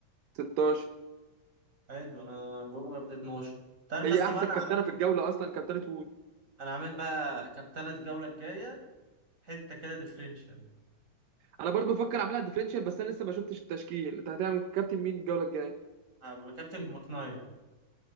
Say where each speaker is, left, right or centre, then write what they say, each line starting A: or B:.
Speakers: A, on the right; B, on the right.
A: 16
B: حلو انا بقول جاب لي 12 تعرف
A: هي
B: يا اسطى
A: احسن
B: بقى انا
A: كابتنه في الجوله اصلا كابتنه وود
B: انا عامل بقى كابتنة الجولة الجاية حتة كده ديفرنشال
A: انا برضو بفكر اعملها ديفرنشال بس انا لسه ما شفتش التشكيل انت هتعمل كابتن مين الجوله الجايه
B: عم- كابتن ماكناير